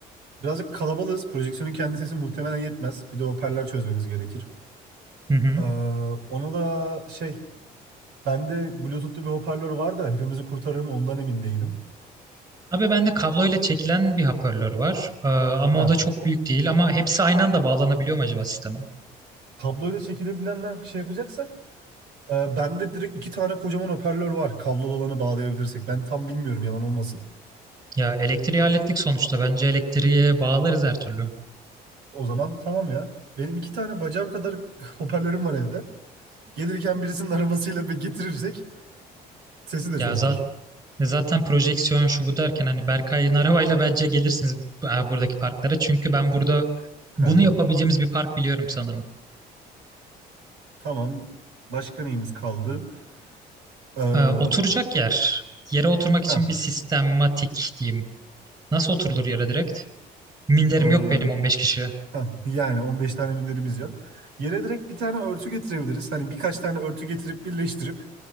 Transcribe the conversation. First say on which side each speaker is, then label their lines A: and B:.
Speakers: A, on the right; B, on the right.
A: birazcık kalabalığız. Projeksiyonun kendi sesi muhtemelen yetmez. Bir de hoparlör çözmemiz gerekir.
B: Hı hı.
A: Ee, ona da şey bende Bluetooth'lu bir hoparlör var da hepimizi kurtarır mı ondan emin değilim.
B: Abi bende kabloyla çekilen bir hoparlör var. Ee, ama
A: Ha,
B: o da çok büyük değil ama hepsi aynı anda bağlanabiliyor mu acaba sisteme?
A: kabloyla çekilebilenler şey yapacaksak Ee, bende direkt iki tane kocaman hoparlör var. Kablolu olanı bağlayabilirsek. Ben tam bilmiyorum yalan olmasın.
B: Ya elektriği hallettik sonuçta. Bence elektriğe bağlarız her türlü.
A: O zaman tamam ya. Benim iki tane bacağım kadar <laughs> hoparlörüm var evde. Gelirken birisinin arabasıyla bir getirirsek sesi de
B: Ya
A: çözdük.
B: zaten Ve Zaten projeksiyon şu bu derken hani Berkay'ın <laughs> arabayla bence gelirsiniz e, buradaki parklara. Çünkü ben burada bunu
A: Heh,
B: yapabileceğimiz bir park biliyorum sanırım.
A: tamam. Başka neyimiz kaldı? Ee,
B: E, oturacak
A: hop.
B: yer. Yere oturmak için
A: heh,
B: bir sistematik diyeyim. Nasıl oturulur yere direkt? Minderim
A: ee,
B: yok benim 15 kişiye.
A: heh. Yani 15 tane minderimiz yok. Yere direkt bir tane örtü getirebiliriz. Hani birkaç tane örtü getirip birleştirip